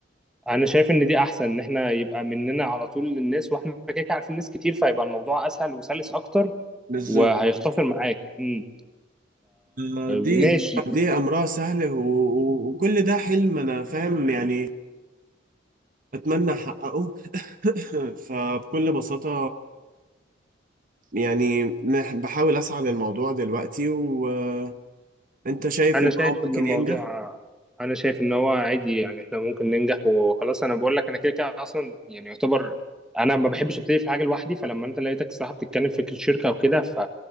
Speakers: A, in the centre; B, on the right (about 45°).
A: انا شايف ان دي احسن ان احنا يبقى مننا على طول للناس واحنا كده كده عارفين ناس كتير فيبقى الموضوع اسهل وسلس اكتر
B: بالظبط
A: وهيختصر معاك امم ال-
B: آه، دي
A: فماشي
B: دي امرها سهل و- و- وكل ده حلم انا فاهم يعني اتمنى احققه <laughs> فبكل بساطة يعني مح- بحاول اسعى للموضوع دلوقتي وانت شايف
A: انا
B: ان
A: شايف
B: هو ممكن
A: ان الموضوع
B: ينجح
A: انا شايف ان هو عادي يعني احنا ممكن ننجح وخلاص انا بقول لك انا كده كده اصلا يعني يعتبر انا ما بحبش ابتدي في حاجه لوحدي فلما انت لقيتك الصراحه بتتكلم في فكره شركه وكده ف